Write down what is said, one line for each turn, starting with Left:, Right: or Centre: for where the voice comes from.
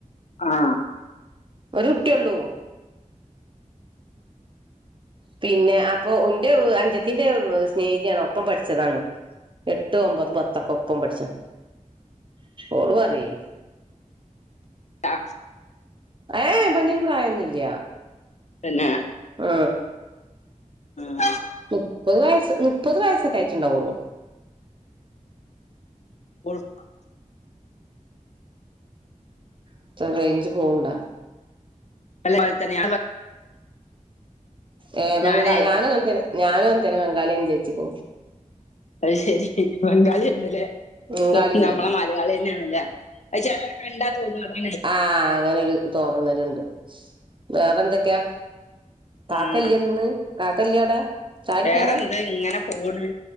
Left: ആ
Right: ഒരു കുട്ടിയൊള്ളൂ. പിന്നെ അപ്പൊ ഉന്റെ അനുജത്തീൻ്റെ സ്നേഹിതയാണ് ഒപ്പം പഠിച്ചതാണ്. എട്ട് ഒമ്പത് പത്തൊക്കെ ഒപ്പം പഠിച്ച ഓള് പറെയ്
Left: അ
Right: ഏ പെണ്ണിന് പ്രായൊന്നും ഇല്ല.
Left: തന്നെ
Right: ആ
Left: ആഹ്
Right: മുപ്പത് വയസ് മുപ്പത് വയസ്സൊക്കെ അയിട്ടുണ്ടാവുള്ളു
Left: <unintelligible>
Right: എത്ര റേഞ്ച് പോവണ്ടാ
Left: അത്‌ പോലെ തന്നെ
Right: ഏഹ് ബംഗാ
Left: ഞാനേ
Right: ഞാനും എ ഞാനും എനും ബംഗാളിയന്ന് ചോച്ചിക്ക
Left: അത് ശരി ബംഗാളില്ലല്ലേ
Right: ബംഗാളി ഒന്നല്ല
Left: നമ്മളെ മലയാളി തന്നെയണല്ലേ ആ ചിലരെ കണ്ടാ തോന്നുല്ല അതാ
Right: ആഹ് അങ്ങനെരു തോന്നലുണ്ട് വേറെ എന്തൊക്കെയാ കാക്കല്യാന്ന്
Left: ആഹ്
Right: കാക്കല്യാടാ ചാടിക്കന
Left: വേറെന്ത് ഇങ്ങനെ പോണ്